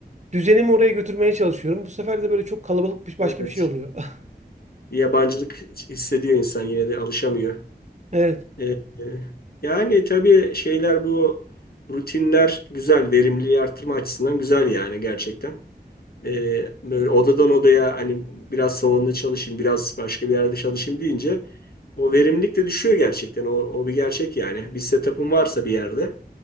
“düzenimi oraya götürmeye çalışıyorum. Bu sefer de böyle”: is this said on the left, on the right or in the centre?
Right